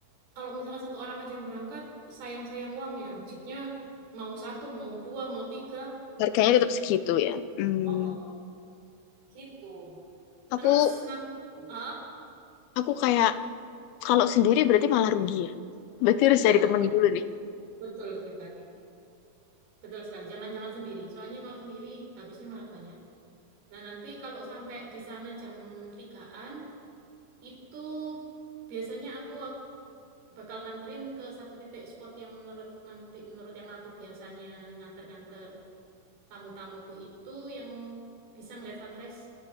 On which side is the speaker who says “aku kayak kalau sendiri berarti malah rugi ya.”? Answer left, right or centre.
Left